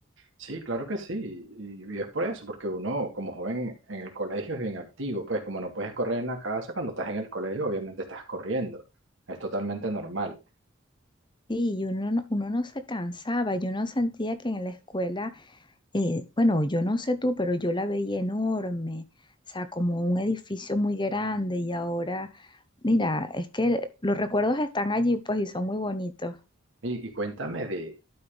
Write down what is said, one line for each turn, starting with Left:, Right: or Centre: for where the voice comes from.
Right: Sí, claro que sí, y, y es por eso, porque uno como joven en el colegio es bien activo, pues como no puedes correr en la casa, cuando estás en el colegio obviamente estás corriendo, es totalmente normal.
Left: Sí, y uno no, uno no se cansaba, yo no sentía que en la escuela, eh, bueno, yo no sé tú, pero yo la veía enorme, o sea, como un edificio muy grande y ahora, mira, es que los recuerdos están allí, pues, y son muy bonitos.
Right: Y, y cuéntame de,